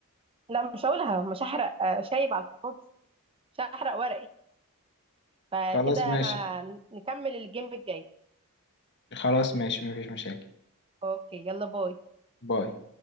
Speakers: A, on the right; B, on the left.
A: لا مش هقولها مش هحرق آه، شايب على الفاضي مش هحرق ورقي فكده
B: خلاص ماشي
A: انا نكمل الجيم الجاي
B: خلاص ماشي مفيش مشاكل
A: اوكي يلا باي
B: باي